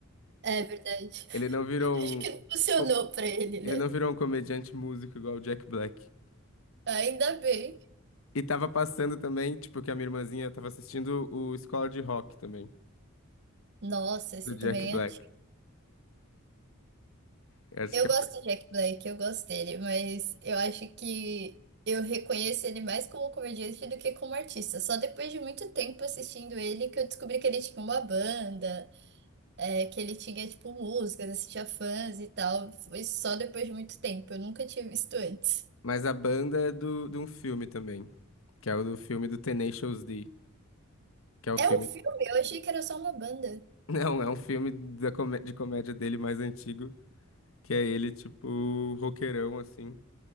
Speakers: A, on the right; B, on the left.
A: É verdade.
B: Ele não virou
A: <laughs>
B: um
A: Acho que não funcionou
B: co-
A: pra ele, né?
B: ele não virou um comediante músico igual o Jack Black.
A: Ainda bem.
B: E tava passando também, tipo, que a minha irmãzinha tava assistindo o Escola de Rock também,
A: Nossa, esse
B: do Jack
A: também
B: Black.
A: é antigo.
B: Eu Acho
A: Eu
B: que é...
A: gosto do Jack Black, eu gosto dele, mas eu acho que eu reconheço ele mais como comediante do que como artista. Só depois de muito tempo assistindo ele que eu descobri que ele tinha uma banda. é, que ele tinha, tipo, músicas, assistia fãs e tal. Foi só depois de muito tempo. Eu nunca tinha visto antes.
B: Mas a banda é do, de um filme também, que é o do filme do Tenacious D, que é o
A: É
B: filme...
A: um filme?
B: <laughs>
A: Eu achei que era só uma banda.
B: Não, é um filme da comé- de comédia dele mais antigo, que é ele, tipo, roqueirão, assim.